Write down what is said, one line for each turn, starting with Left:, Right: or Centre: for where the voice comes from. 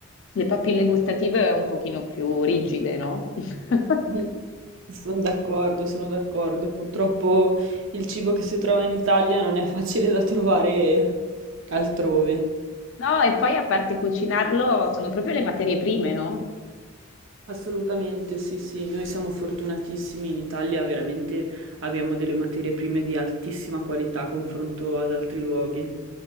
Left: le papille gustative un pochino più rigide, no? <laughs>
Right: <laughs> Mhm. Sono d'accordo, sono d'accordo. Purtroppo il cibo che si trova in Italia non è facile da trovare altrove.
Left: No, e poi a parte cucinarlo, sono proprio le materie prime, no?
Right: Assolutamente, sì, sì, noi siamo fortunatissimi in Italia, veramente abbiamo delle materie prime di altissima qualità a confronto ad altri luoghi.